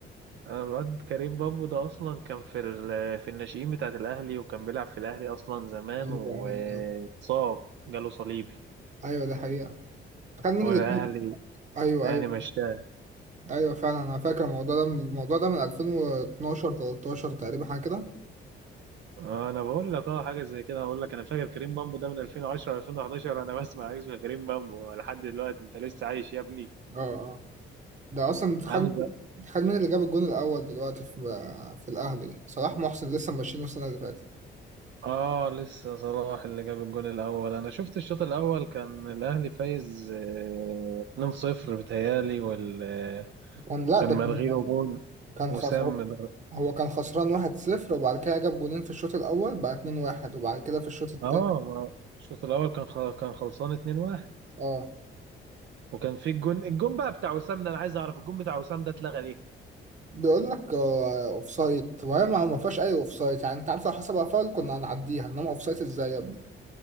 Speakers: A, on the right; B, on the right.
A: انا الواد كريم بامبو ده اصلا كان في ال... في الناشئين بتاعت الاهلي وكان بيلعب في الاهلي اصلا زمان
B: ايوه
A: واتصاب
B: ايوه
A: جاله صليبي
B: ايوه دي حقيقه كان مين
A: والاهلي
B: اللي كسب؟ ايوه
A: الاهلي
B: ايوه
A: مشاه
B: ايوه فعلا انا فاكر الموضوع ده من الموضوع ده من 2012 13 تقريبا حاجه كده
A: انا بقول لك اه حاجه زي كده اقول لك انا فاكر كريم بامبو ده من 2010 2011 انا بسمع اسم كريم بامبو لحد دلوقتي انت لسه عايش يا ابني
B: اه ده اصلا خد
A: حمزه
B: خد مين اللي جاب الجون الاول دلوقتي في في الاهلي صلاح محسن لسه ماشيين السنه اللي فاتت
A: اه لسه صلاح اللي جاب الجول الاول انا شفت الشوط الاول كان الاهلي فايز آه، 2-0 بتهيالي وال آه،
B: كان لا
A: كان
B: ده
A: ملغي
B: كان
A: له جول
B: كان
A: وسام
B: خسر
A: من-
B: هو كان خسران 1-0 وبعد كده جاب جونين في الشوط الاول بقى 2-1 وبعد كده في الشوط التاني
A: اه ما- الشوط الاول كان خ- كان خلصان 2-1
B: اه
A: وكان في الجون الجون بقى بتاع وسام ده انا عايز اعرف الجون بتاع وسام ده اتلغى ليه
B: بيقول لك اوف سايد وهي ما ما فيهاش اي اوف سايد يعني انت عارف لو حسبها فاول كنا هنعديها انما اوف سايد ازاي يا ابني